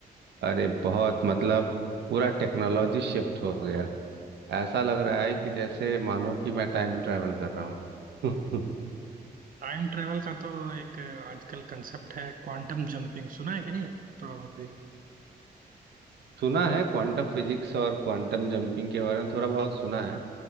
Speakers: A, on the right; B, on the right.
A: अरे बहुत मतलब पूरा टेक्नोलॉजी शिफ्ट हो गया ऐसा लग रहा है कि जैसे मानो कि मैं टाइम ट्रैवल कर रहा हूँ <laughs>
B: टाइम ट्रेवल का तो एक आजकल कंसेप्ट है क्वांटम जंपिंग सुना है कि नहीं थोड़ा बहुत भी
A: सुना है क्वांटम फिजिक्स और क्वांटम जंपिंग के बारे में थोड़ा बहुत सुना है